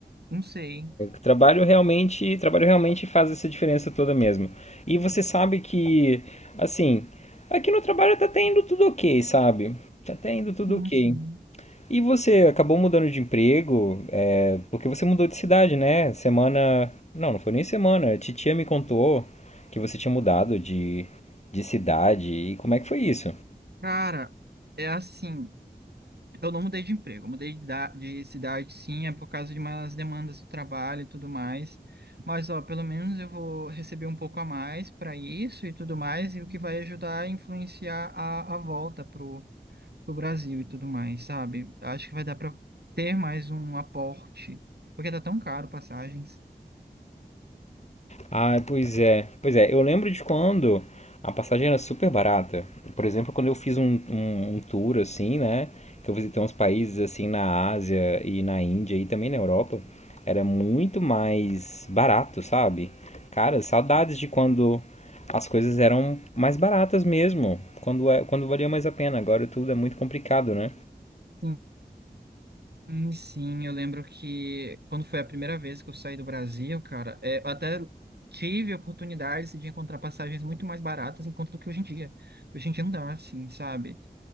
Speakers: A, on the right; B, on the left.
A: não sei.
B: Trabalho realmente, trabalho realmente faz essa diferença toda mesmo. E você sabe que, assim, aqui no trabalho tá até indo tudo ok, sabe? Tá até indo tudo
A: Sim,
B: ok.
A: sim.
B: E você acabou mudando de emprego, é, porque você mudou de cidade, né? Semana. Não, não foi nem semana. A titia me contou que você tinha mudado de, de cidade. E como é que foi isso?
A: Cara, é assim. Eu não mudei de emprego, eu mudei de, da- de cidade, sim, é por causa de umas demandas do trabalho e tudo mais. Mas, ó, pelo menos eu vou receber um pouco a mais para isso e tudo mais, e o que vai ajudar a influenciar a, a volta pro, pro Brasil e tudo mais, sabe? Acho que vai dar para ter mais um aporte, porque tá tão caro passagens.
B: Ah, pois é. Pois é, eu lembro de quando a passagem era super barata. Por exemplo, quando eu fiz um, um, um tour assim, né? Que eu visitei uns países assim na Ásia e na Índia e também na Europa, era muito mais barato, sabe? Cara, saudades de quando as coisas eram mais baratas mesmo. Quando, é- quando valia mais a pena. Agora tudo é muito complicado, né?
A: Sim. Hum, Sim, eu lembro que quando foi a primeira vez que eu saí do Brasil, cara, é, eu até tive oportunidades de encontrar passagens muito mais baratas em conta do que hoje em dia. Hoje em dia não dá, assim, sabe?